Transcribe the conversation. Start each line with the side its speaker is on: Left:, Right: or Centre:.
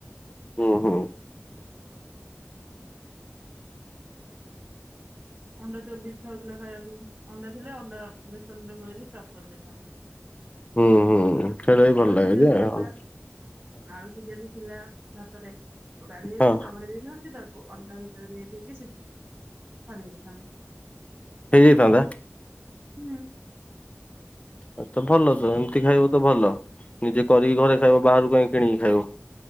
Left: ହୁଁ ହୁଁ।
Right: ଅଣ୍ଡା ଚପ୍ ବି ଇଛା ହେଉଥିଲା ଖାଇବାକୁ ଅଣ୍ଡା ଥିଲେ ଅଣ୍ଡା ବେସନ ରେ ଗୋଳେଇକି ଚପ କରିଦେଇଥାନ୍ତି। <inaudible>
Left: ହୁଁ ହୁଁ ସେଇଟା ବି ଭଲ
Right: ଆଳୁ
Left: ଲାଗେ
Right: ସିଝା
Left: ଯେ
Right: ବି ଥିଲା
Left: ହଁ
Right: ଆଳୁ ସିଝା ବି ଥିଲା ଭାତରେ ଆଡ଼େଇ ଦେଇଥାନ୍ତି
Left: ହଁ
Right: ଚଗଡି ଦେଇଥାନ୍ତି ତାକୁ ଅଣ୍ଡା ଭିତରେ ଦେଇ ଦେଇକି କାଡି ଦେଇଥାନ୍ତି।
Left: ହେଇଯାଇଥାନ୍ତା?
Right: ହଁ।
Left: ଆ ତ ଭଲ ତ ଏମିତି ଖାଇବ ତ ଭଲ। ନିଜେ କରିକି ଘରେ ଖାଇବ ବାହାରୁ କାହିଁକି କିଣିକି ଖାଇବ।